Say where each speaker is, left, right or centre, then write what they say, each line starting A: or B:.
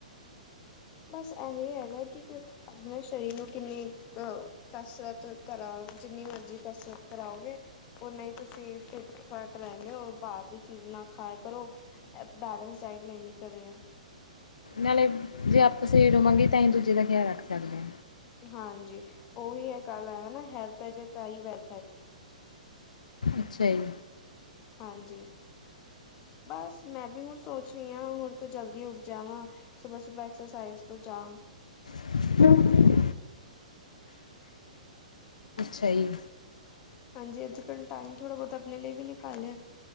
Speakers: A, on the left (about 30°); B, on the left (about 65°).
A: ਬਸ ਇਹ ਹੀ ਹੈਗਾ ਕਿ ਆਪਣੇ ਸਰੀਰ ਨੂੰ ਕਿੰਨੀ ਅਹ ਕਸਰਤ ਕਰਾਉ ਜਿੰਨੀ ਮਰਜ਼ੀ ਕਸਰਤ ਕਰਾਓਗੇ ਉਨਾ ਹੀ ਤੁਸੀਂ ਫਿੱਟ-ਫਾਟ ਰਹਿੰਦੇ ਹੋ ਬਾਹਰ ਦੀ ਚੀਜ਼ ਨਾ ਖਾਇਆ ਕਰੋ ਐ ਬੈਲੇੈਂਸ ਡਾਇਟ ਲੈਂਨੀ ਕਰੇ ਐ
B: ਨਾਲੇ ਜੇ ਆਪ ਸਹੀ ਰਵਾਂਗੇ ਤਾਂ ਹੀ ਦੂਜੇ ਦਾ ਖਿਆਲ ਰੱਖ ਸਕਦੇ ਆ
A: ਹਾਂਜੀ ਉਹੀ ਏ ਇਹ ਗੱਲ ਔ ਨਾ ਹੈਲਥ ਹੈ ਜੇ ਤਾਂ ਹੀ ਵੈਲਥ ਹੈ
B: ਅੱਛਾ ਜੀ
A: ਹਾਂਜੀ ਬਸ ਮੈਂ ਵੀ ਹੁਨ ਸੋਚ ਰਹੀ ਹਾਂ ਹੁਨ ਤੇ ਜਲਦੀ ਉੱਠ ਜਾਵਾਂ ਸੁਬੈਹਾ-ਸੁਬੈਹਾ ਐਕਸਰਸਾਈਜ਼ ਤੋਂ ਚਾਹ
B: <unintelligible> ਅੱਛਾ ਜੀ।
A: ਹਾਂਜੀ ਅੱਜ ਕਲ੍ਹ ਟਾਈਮ ਥੋੜ੍ਹਾ ਬਹੁਤ ਅਪਨੇ ਲਈ ਵੀ ਨਿਕਾਲਿਆ